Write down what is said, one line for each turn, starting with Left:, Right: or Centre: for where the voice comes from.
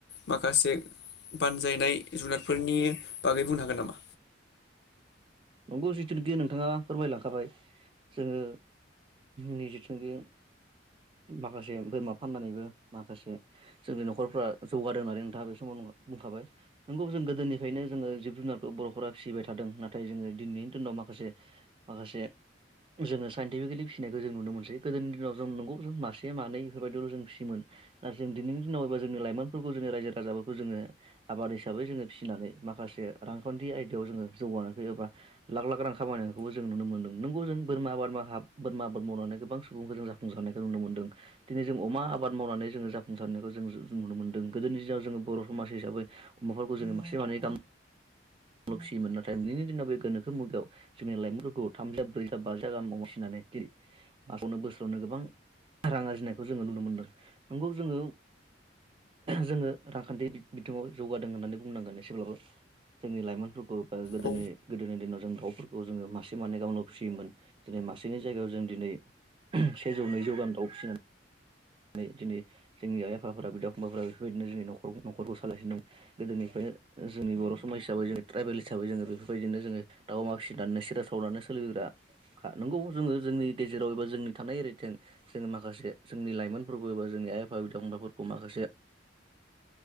Left: माखासे बानजायनाय जुनारफोरनि बागै बुंनो हागोन नामा?
Right: नंगौ जिथुनिखि नोंथाङा फोरमायलांखाबाय जोङो नि जिथुनिखि माखासे बोरमा फाननानैबो माखासे जोंनि न'खरफ्रा जौगादों होननानै नोंथाङा बे समाव बुंखाबाय नंगौ जों गोदोनिफ्रायनो जोङो जिब जुनारखौ बर'फोरा फिसिबाय थादों नाथाय जोङो दिनैनि दिनाव माखासे माखासे जोङो साइन्टिफिकेलि फिसिनायखौ जों नुनो मोनसै गोदोनि दिनाव जों नंगौ जों मासे मानै बेफोरबायदिल' जों फिसियोमोन ना जों दिनैनि दिनावबा जोंनि लाइमोनफोरखौ जोंनि रायजो राजाफोरखौ जोङो आबाद हिसाबै जोङो फिसिनानै माखासे रांखान्थि आयदायाव जोङो जौगानाय लाख लाख रां खामायनायखौबो जों नुनो मोनदों नोंगौ जों बोरमा आबाद बोरमा आबाद मावनानै गोबां सुबुंखौ जों जाफुंसारनायखौ नुनो मोनदों दिनै जों अमा आबाद मावनानै जोङो जाफुंसारनायखौ जों नुनो मोन्दों गोदोनि दिनाव जोङो बर' समाज हिसाबै अमाफोरखौ जोङो मासे मानै बोरमा फिसियोमोन नाथाय दिनैनि दिनाव बे गोनोखो मुगायाव जोंनि लाइमोनफोरखौ थामजि था ब्रैजि था बाजि था गाहामाव फिनानै दिनै मासावनो बोसोरावनो गोबां रां आरजिनायखौ जोङो नुनो मोनदों नंगौ जोङो जोङो रांखान्थि बिथिङाव जौगादों होननानै बुंनांगोन एसेब्लाबो जोंनि लाइमोनफोरखौ ओ गोदोनि
Left: औ
Right: गोदोनि दिनाव जों दाउफोर खौ जोङो मासे मानैै गाहामल' फिसियोमोन दिनै मासेनि जायगायाव जों दिनै सेजौ नैजौ गाहाम दाउ फिसिनानै दिनै जोंनि आइ आफाफोरा बिदा फंबाफोरा बेफोरबायदिनो जोंनि न'खर न'खरखौ सालायसिनो दं गोदोनिफ्रायनो जोंनि बर' समाज हिसाबै जोंनि ट्राइबेल हिसाबै जोङो बेफोरबायदिनो जोङो दाउ अमा फिसिनानै सेरेफ सावनानै सोलिग्रा नंगौ जोङो जोंनि गेजेराव एबा जोंनि थानाय <unintelligible> जोङो माखासे जोंनि लाइमोन जोंनि आइ आफा बिदा फंबायफोरखौ माखासे